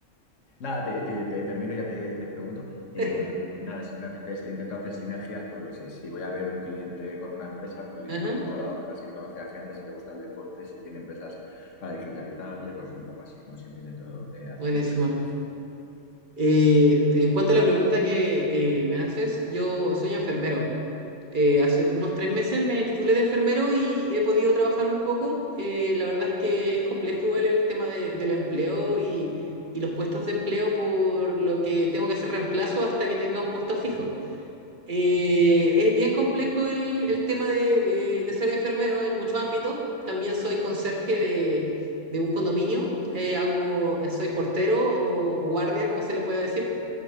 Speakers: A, on the left; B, on the right.
A: Nada, te, te- te termino, ya te, te pregunto. Eh,
B: <laughs>
A: nada, simplemente es- intento hacer sinergias porque si, si voy a ver un cliente con una empresa, pues le
B: Ajá,
A: introduzco a la otra, si conoce a gente, si le gusta el deporte, si tiene empresas para digitalizarle, pues un poco así, ¿no? Siempre intento eh, hacer
B: buenísimo.
A: un poco de sinergia.
B: Eh, en cuanto a la pregunta que eh, me haces, yo soy enfermero. Eh, hace unos tres meses me titulé de enfermero y he podido trabajar un poco. Eh, la verdad es que es complejo igual el tema de- del empleo y, y los puestos de empleo, por lo que tengo que hacer reemplazo hasta que tenga un puesto fijo. Eh, es bien complejo el, el tema de, de- de ser enfermero en muchos ámbitos. También soy conserje de, de un condominio. Eh, hago, eh, soy portero o, o guardia, como se le pueda decir.